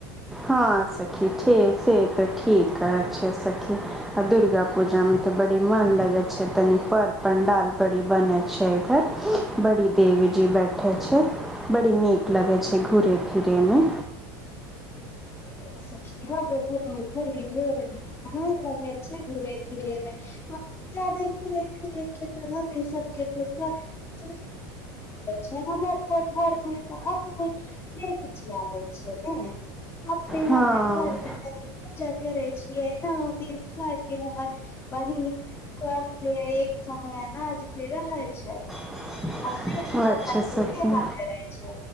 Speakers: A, in the centre; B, on the left.
A: हँ सखी ठे से त ठीक है अच्छे सखी आ दुर्गा पूजा में तो बड मन लगे छै तनी पर पंडाल बड़ी बने छै इधर बड़ी देवीजी बैठे छय बड़ी नीक लगै छय घुरय फिरय में
B: उहे न सखी हमरो घुमय फिरै मे ढेर मन लगे छै घूरे फिरे मे जाादे घुरे फिरे के त सबके समय <unintelligible> छै हमर घर मे तऽ <unintelligible> अपने हम
A: हँ
B: घर मे पूजा करे रहे छियै न <unintelligible> बहिन सबके एक समयनाज भ रहे छै
A: <unintelligible>
B: जे भी
A: अच्छा
B: माता के
A: सखी
B: सेवा करै छै